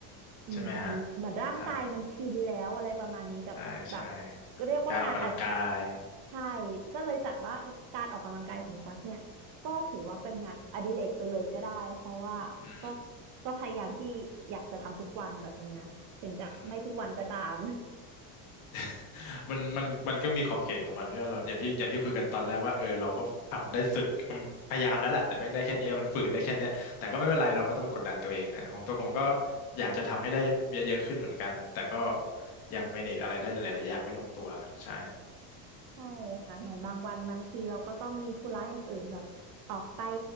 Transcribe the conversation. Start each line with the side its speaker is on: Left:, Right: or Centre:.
Right: อืมมันเหมือนร่างกายมันชินแล้วอะไรประมาณนี้กับแบบ
Left: ใช่ไหมฮะใช่ใช่ใช่
Right: เรียกว่างานอัด
Left: การออกกำลังกาย
Right: ใช่ก็เลยจัดว่าการออกกำลังกายของตั๊กเนี่ยก็ถือว่าเป็นงานอดิเรกไปเลยก็ได้เพราะว่าก็
Left: อืม
Right: ก็พยายามที่อยากจะทำทุกวันแบบนี้นะถึงจะไม่ทุกวันก็ตาม
Left: อืม <laughs> มันมันมันก็มีขอบเขตของมันที่ว่าเราอย่างที่อย่างที่คุยกันตอนแรกว่าเออเราก็ทำได้สุดพยายามแล้วแหละแต่แม่งได้แค่เนี้ยมันฝืนได้แค่เนี้ยแต่ก็ไม่เป็นไรเราไม่ต้องไปกดดันตัวเองนะของตัวผมก็อยากจะทำให้ได้เยอะๆขึ้นเหมือนกันแต่ก็ยังเมเนจอะไรได้หลายๆอย่างไม่ลงตัวใช่
Right: ใช่ค่ะเหมือนบางวันบางทีเราก็ต้องมีธุระอย่างอื่นแบบออกไป